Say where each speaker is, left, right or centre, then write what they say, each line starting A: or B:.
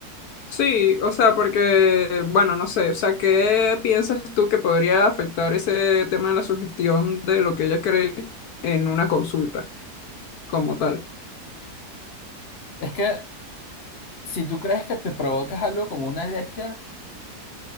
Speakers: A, on the left; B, on the left.
A: sí, o sea, porque, bueno, no sé, o sea, ¿qué piensas tú que podría afectar ese tema de la sugestión de lo que ella cree en una consulta como tal?
B: Es que si tú crees que te provocas algo como una alergia,